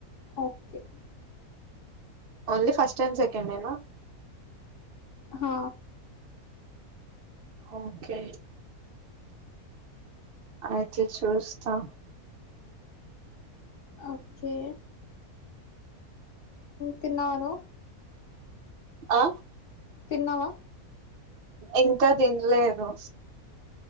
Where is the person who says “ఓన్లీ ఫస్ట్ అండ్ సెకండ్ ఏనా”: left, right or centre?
Right